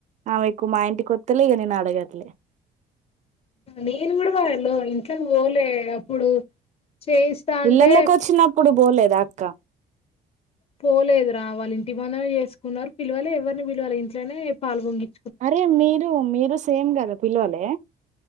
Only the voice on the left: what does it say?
నేను కూడా వా వెళ ఇంట్లోకి పోలే అప్పుడు చేయిస్తా అంటే
పోలేదు రా వాళ్ళ ఇంటి మనం చేసుకున్నారు పిల్లవలే ఎవరిని పిల్లవాళ ఇంట్లోనే పాలుగొం గించ్